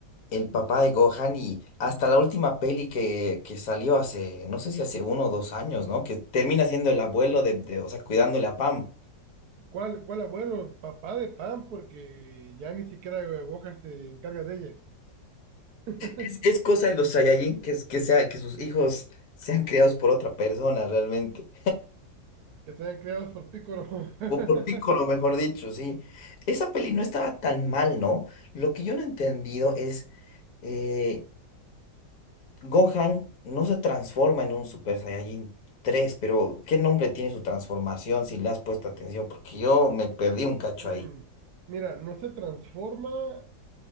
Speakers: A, on the left; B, on the right.
A: el papá de Gohan y hasta la última peli que, que salió hace, no sé si hace uno o dos años, ¿no? Que termina siendo el abuelo de, de, o sea, cuidándole a Pam.
B: ¿Cuál, cuál abuelo? Papá de Pan, porque ya ni siquiera Gohan se encarga de ella. <laughs>
A: Es, es cosa de los Saiyajin que, es- que, sea, que sus hijos sean criados por otra persona realmente.
B: Que se hayan creados por Piccolo. <laughs>
A: O por Piccolo, mejor dicho, sí. Esa peli no estaba tan mal, ¿no? Lo que yo no he entendido es... eh, Gohan no se transforma en un Super Saiyajin 3, pero ¿qué nombre tiene su transformación si le has puesto atención? Porque yo me perdí un cacho
B: Mm,
A: ahí.
B: Mira, no se transforma